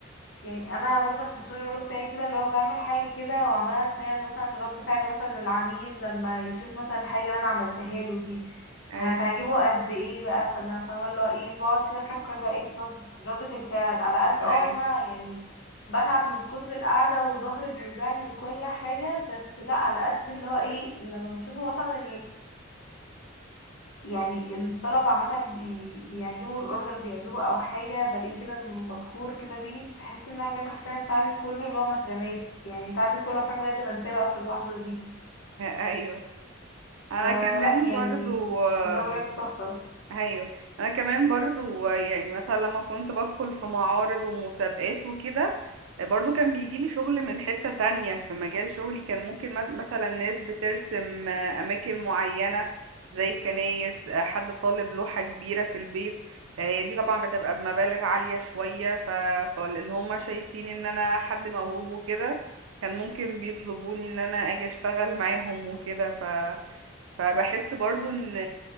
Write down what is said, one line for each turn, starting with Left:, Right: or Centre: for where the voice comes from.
Left: يعني انا برضه عشان الشغل برضه بتاعي كده اللي هو بعمل حاجه كده وعماله اتخيل مثلا رد فعل مثلا العميل لما يشوف مثلا الحاجه اللي انا عملتها له دي هتعجبه
Right: ايوه
Left: قد ايه بقى فانا فاهمه اللي هو ايه بقعد كده افكر بقى ايه في رد ردة الفعل على قد اه
Right: ايوه
Left: ان انا يعني بتعب من كتر القعده وظهري بيوجعني وكل حاجه بس لا على قد اللي هو ايه لما بشوفه مثلا يعني الطلبة عامة بي- بيعجبوا الأوردر بيعجبوا أو حاجة بلاقيه كده مبهور كده بيه بحس إن أنا بجد حرفيا تعبي كله اللي هو ما اترماش يعني تعبي كله حرفيا بجد بنساه بقى في اللحظة دي
Right: ايوه انا
Left: فلا
Right: كمان
Left: يعني
Right: برضو آه،
Left: الموضوع بجد تحفة
Right: ايوه انا كمان برضو يعني مثلا لما كنت بدخل في معارض ومسابقات وكده برضو كان بيجيلي شغل من حتة تانية في مجال شغلي كان ممكن م- مثلا ناس بترسم آه، اماكن معينة زي كنايس آه، حد طالب لوحة كبيرة في البيت آه، هي دي طبعا بتبقى بمبالغ عالية شوية ف... فلان هم شايفين ان انا حد موهوب وكده كان ممكن بيطلبوني ان انا اجي اشتغل معاهم وكده فبحس برضو ان